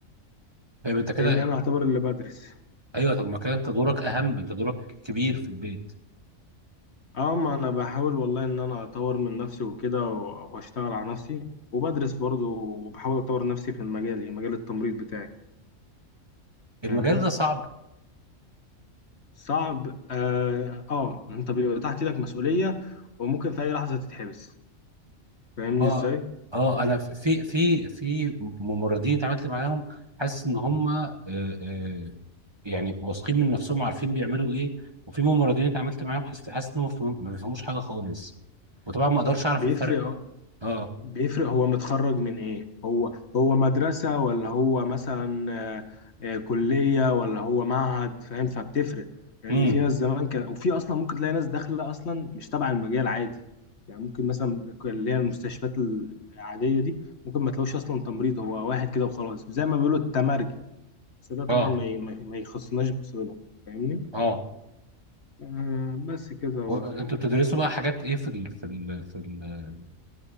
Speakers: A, on the right (about 20°); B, on the left (about 55°).
A: فاهم انت كده
B: فاهمني انا اعتبر اللي بدرس
A: ايوه طب ما كان انت دورك اهم انت دورك كبير في البيت
B: اه ما انا بحاول والله ان انا اطور من نفسي وكده و- واشتغل على نفسي وبدرس برضو وبحاول اطور نفسي في المجال يعني مجال التمريض بتاعي
A: المجال
B: فاهمني
A: ده صعب
B: صعب اه, آه انت بيبقى تحت ايدك مسؤوليه وممكن في اي لحظه تتحبس فاهمني
A: اه
B: ازاي
A: اه انا ف- في في في ممرضين اتعاملت معاهم حاسس ان هم آه، آه، يعني واثقين من نفسهم عارفين بيعملوا ايه وفي ممرضين اتعاملت معاهم حاسس حاسس انهم ما بيفهموا- ما بيفهموش حاجه خالص وطبعا ما اقدرش اعرف
B: بيفرق
A: الفرق اه
B: بيفرق هو متخرج من ايه هو هو مدرسة ولا هو مثلا آه، آه، كلية ولا هو معهد فاهم فبتفرق لان
A: امم
B: يعني في ناس زمان كان وفي اصلا ممكن تلاقي ناس داخلة اصلا مش تبع المجال عادي يعني ممكن مثلا اللي هي المستشفيات ال- العادية دي ممكن ما تلاقوش اصلا تمريض هو واحد كده وخلاص زي ما بيقولوا التمرجي بس ده طبعا
A: اه
B: ما ي- ما ي- ما يخصناش بصلة فاهمني
A: اه
B: آه، بس كده
A: هو- انتوا بتدرسوا بقى حاجات ايه في ال في ال في ال